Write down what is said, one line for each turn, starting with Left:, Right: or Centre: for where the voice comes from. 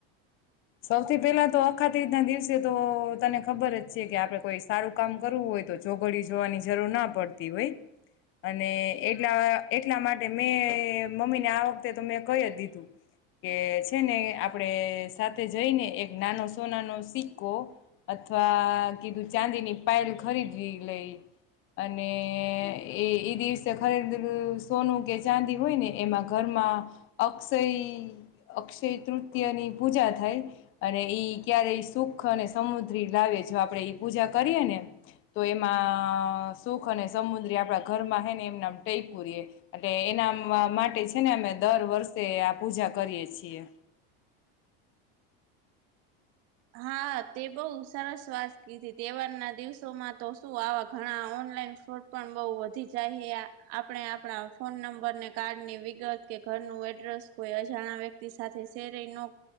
Left: સૌથી પહેલા તો અખાત રીતના દિવસે તો તને ખબર જ છે, કે આપડે કોઈ સારું કામ કરવું હોય તો ચોઘડિયુ જોવાની જરૂર ના પડતી હોય અને એટલા એટલા માટે મેં મમ્મીને આ વખતે તો મેં ક‌ઈ જ દીધું કે છે ને આપણે સાથે જઈને એક નાનો સોનાનો સિક્કો અથ વા કીધું ચાંદીની પાઇલ ખરીદી લઈ અને એ એ દિવસે ખરીદલું સોનું કે ચાંદી હોય, ને એમાં ઘરમાં અક્ષય અક્ષય તૃતયની પૂજા થાય, અને ઈ ક્યારે સુખ અને સમુદ્રી લાવે જો આપણે પૂજા કરીએ ને તો એમાં સુખ અને સમુદ્રી આપણા ઘરમાં હ ને એમના ટૈકુ રે અને એના માટે છે, ને અમે દર વર્ષે આ પૂજા કરીએ છીએ.
Right: હા, તે બહુ સરસ વાત કીધી તહેવારના દિવસોમાં તો શું આવા ઘણા ઓનલાઈન ફોટ પણ બઉ વધી જાય હે આપણે આપણા ફોન નંબરને કાર્ડની વિગત કે ઘરનું એડ્રેસ કોઈ અજાણા વ્યક્તિ સાથે શેરય નો